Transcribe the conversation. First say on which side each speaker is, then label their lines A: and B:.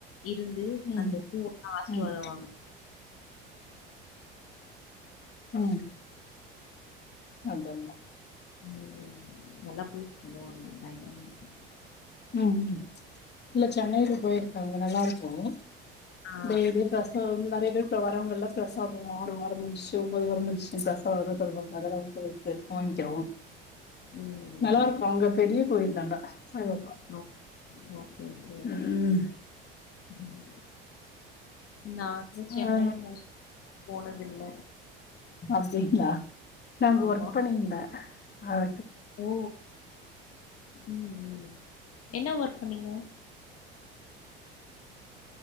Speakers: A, on the left; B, on the left.
A: இருந்து
B: ம்.
A: அந்த பூ எல்லா ஆசிர்வாதம்
B: ம்.
A: வாங்கனு
B: அ அதல்லா
A: உ நல்லா பூஜ பண்ணுவாங்க பயங்கரமா இருக்கு
B: ம் இல்ல சென்னைல போயிருக்காங்க நல்லா இருக்கும்
A: ஆ, ஆ.
B: டெய்லியு பஸ் இப்ப வந்து நெறய பேரு வரவங்க எல்லா பிரசாதம் ஆறு வாரம் முடிஞ்சுடுச்சு ஒன்பது வாரம் முடிஞ்சுடுச்சு பிரசாதமெல்லாம் தருவாங்க அதெல்லம் அவங்க வாங்கிக்கிறோ
A: ம்,
B: நல்லா இருக்கும் அங்க பெரிய கோயில் தாண்டா சாய்பாப்பா
A: நோ ஓகே ஓகே
B: ம்
A: ம் நா வந்து
B: ஆ
A: சென்னையில மோஸ்லி போனதில்ல
B: அப்டிங்களா நா அங்க
A: ஆமா.
B: ஒர்க் பண்ணியிருந்தே அத
A: ஓ ம் ம் என்ன ஒர்க் பண்ணீங்க